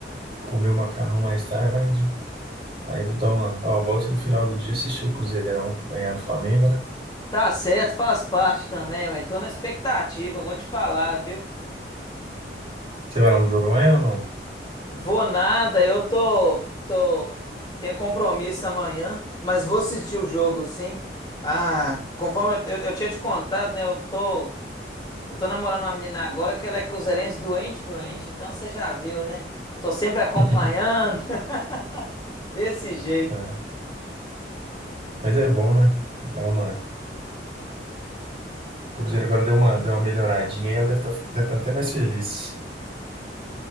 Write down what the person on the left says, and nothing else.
Tá certo, faz parte também, ué. Tô na expectativa, vou te falar, viu?
Vou nada, eu tô, tô, tenho compromisso amanhã, mas vou assistir o jogo, sim. Ah, conforme eu, eu, eu tinha te contado, né? Eu tô, eu tô namorando uma menina agora que ela é cruzeirense doente, doente. Então você já viu, né? Tô sempre acompanhando,
<laughs> desse jeito.